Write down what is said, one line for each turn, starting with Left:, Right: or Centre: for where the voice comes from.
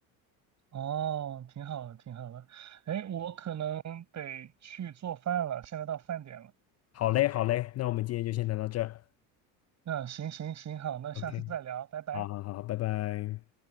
Right: 哦，挺好的，挺好的。哎，我可能得去做饭了，现在到饭点了。
Left: 好嘞，好嘞，那我们今天就先聊到这儿
Right: 嗯，行行行，好，那下次再聊，
Left: ，OK。
Right: 拜拜。
Left: 好好好，拜拜。